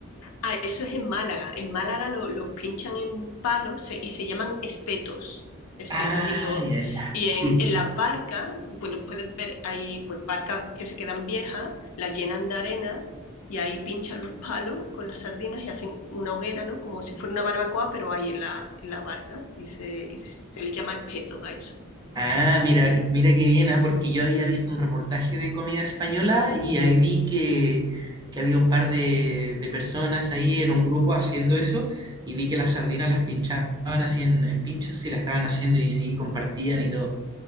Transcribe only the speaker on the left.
Ah, eso es en Málaga. En Málaga lo, lo pinchan en palos se- y se llaman espetos. Espetos.
Y, lo,
y
en, en las barcas, pues los puedes ver, hay pues, barcas que se quedan viejas, las llenan de arena y ahí pinchan los palos con las sardinas y hacen una hoguera, ¿no? Como si fuera una barbacoa, pero ahí en la, en la barca y se, y se le llama espetos a eso.